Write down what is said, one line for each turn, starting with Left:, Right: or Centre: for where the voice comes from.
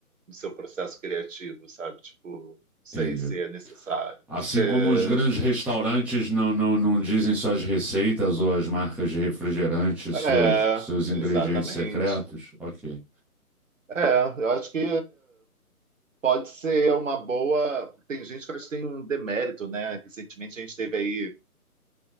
Right: do seu processo criativo, sabe? Tipo, não sei
Centre: Entendi.
Right: se é necessário.
Centre: Assim
Right: Se-
Centre: como os grandes restaurantes não, não, não dizem suas receitas ou as marcas de refrigerante,
Right: É,
Centre: seus, seus ingredientes
Right: exatamente.
Centre: secretos? Ok.
Right: É, eu acho que pode ser uma boa. Tem gente que eu acho que tem um demérito, né? Recentemente a gente teve aí